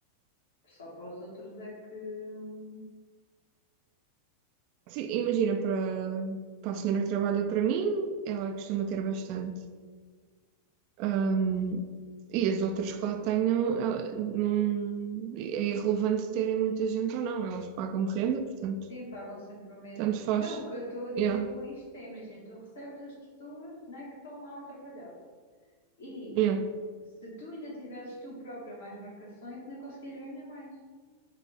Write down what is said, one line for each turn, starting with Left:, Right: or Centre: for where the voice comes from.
Left: Só para os outros é que hum,
Right: Sim, imagina, para, para a senhora que trabalha para mim, ela costuma ter bastante. Hum, e as outras que lá tenham, ela- não, é irrelevante terem muita gente ou não, elas pagam renda, portanto,
Left: sim, pagam sempre o mesmo.
Right: tanto faz.
Left: Não, o que eu estou a dizer
Right: Yeah,
Left: com isto é, imagina, tu recebes as pessoas, né, que estão lá a trabalhar. E
Right: yeah.
Left: se tu ainda tivesses tu própria mais marcações, não conseguias ganhar mais.